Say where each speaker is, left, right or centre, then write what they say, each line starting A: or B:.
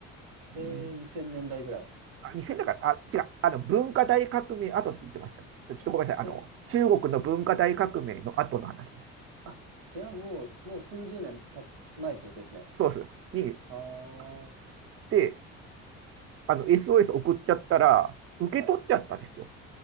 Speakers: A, on the right (about 70°); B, on the right (about 40°).
A: えー、
B: うん、
A: 2000年代ぐらい。
B: あ2000だから、あ、違う、あの、文化大革命後って言ってました。ちょっとごめんなさい。
A: え、
B: あの、中国の文化大革命の後の話です。
A: あ、じゃあもう、もう数十年た前ってことですね。
B: そうです。に、
A: ああ、
B: あっ
A: は
B: て、あの、SOS 送っちゃったら、受け取っちゃったんですよ。
A: い。